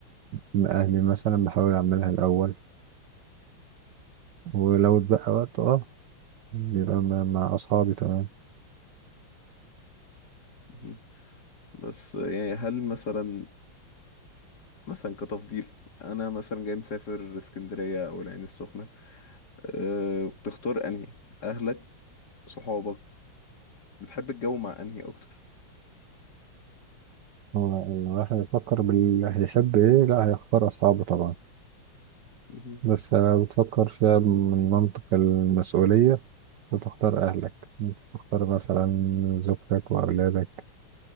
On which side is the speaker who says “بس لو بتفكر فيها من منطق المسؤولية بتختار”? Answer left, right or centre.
Right